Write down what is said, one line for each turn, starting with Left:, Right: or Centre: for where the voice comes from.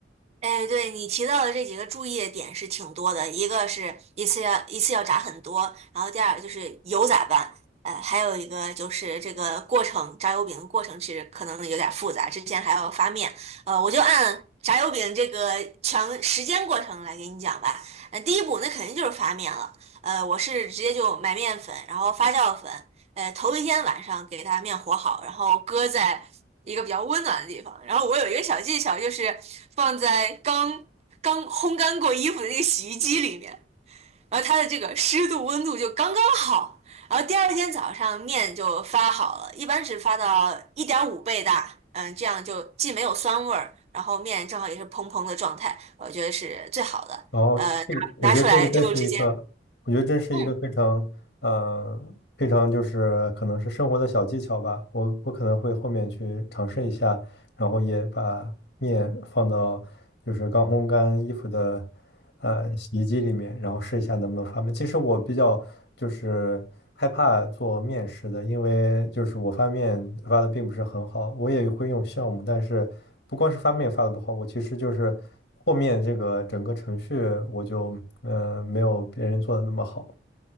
Right: 哎，对，你提到的这几个注意的点是挺多的，一个是一次要一次要炸很多，然后第二个就是油咋办？呃，还有一个就是这个过程，炸油饼的过程其实可能有点复杂，之前还要发面。呃，我就按炸油饼这个全时间过程来给你讲吧。呃，第一步那肯定就是发面了。呃，我是直接就买面粉，然后发酵粉。呃，头一天晚上给它面和好，然后搁在一个比较温暖的地方。然后我有一个小技巧，就是放在刚刚烘干过衣服的那个洗衣机里面，然后它的这个湿度、温度就刚刚好。然后第二天早上面就发好了，一般是发到一点五倍大，嗯，这样就既没有酸味儿，然后面正好也是蓬蓬的状态，我觉得是最好的。
Left: 然后这我觉得这个真是一个，
Right: 呃，拿拿出来就直接，
Left: 我觉得真是一个非常呃非常就是可能是生活的小技巧吧。
Right: 嗯
Left: 我我可能会后面去尝试一下，然后也把面放到就是刚烘干衣服的。呃洗衣机里面，然后试一下能不能发面。其实我比较就是害怕做面食的，因为就是我发面发的并不是很好，我也会用酵母，但是不光是发面发的不好，我其实就是和面这个整个程序我就呃没有别人做的那么好。